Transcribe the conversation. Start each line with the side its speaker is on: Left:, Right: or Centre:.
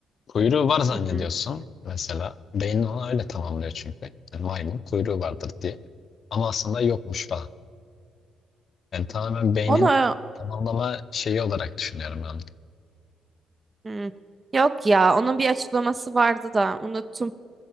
Left: Kuyruğu var zannediyorsun.
Right: Hı hı.
Left: Mesela beynin onu öyle tamamlıyor çünkü. Yani maymun kuyruğu vardır diye. Ama aslında yokmuş falan. Yani tamamen beynin
Right: Onu
Left: tamamlama şeyi olarak düşünüyorum ben.
Right: hı. Yok ya onun bir açıklaması vardı da unuttum.